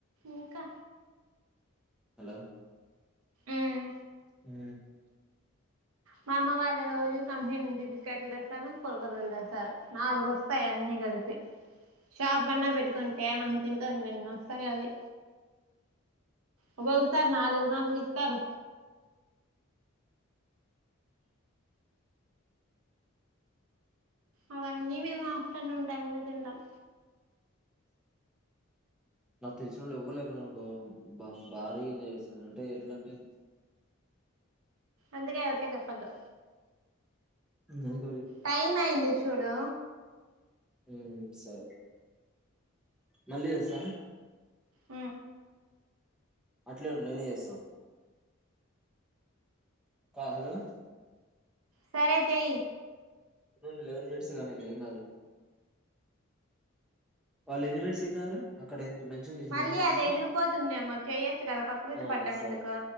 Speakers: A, on the right; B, in the centre.
A: ఇంకా
B: హలో
A: ఉమ్
B: హు
A: మా అమ్మ వాళ్ళు రోజు కంపెనీ నుంచి బిస్కెట్లు తెస్తారు కుర్కుర్లు తెస్తారు నాలుగు వస్తాయి అన్ని కలిసి షాప్ అన్నా పెట్టుకుంటే మనం తినకోకుండా ఎన్ని వస్తాయో అవి ఓగోగా సారీ నాలుగు నాలుగు ఇత్తరు అవన్నీ మేము ఆఫ్టర్నూన్ టైమ్ లో తింటాం
B: నాకు తెలిసిన వొళ్ళు ఎవరు లేకపోయినారు అనుకో భారీగా ఎంజాయ్ చేస్తాను అంటే ఎట్లా అంటే
A: అందుకే ఎవరికే చెప్పద్దు
B: అ
A: టైం అయింది చూడు
B: హుం సరే మళ్ళీ వస్స
A: ఆ
B: అట్లే ఉండు నేనే చేస్తా కా హలో
A: సరే చెయ్య
B: <unintelligible> లెవెన్ మినిట్స్ కానీ లే ఏం కాదు కానీ వాళ్ళు ఎన్ని మినిట్స్ చెప్పినారు అక్కడ ఎంత మెన్షన్ చేసింది
A: మళ్ళీ
B: ఎన్ని మినిట్స్
A: అది ఎగిరిపోతుందేమో చేయొచ్చు కదా కకృతి
B: ఆ
A: పడ్డం
B: సరే
A: ఎందుకు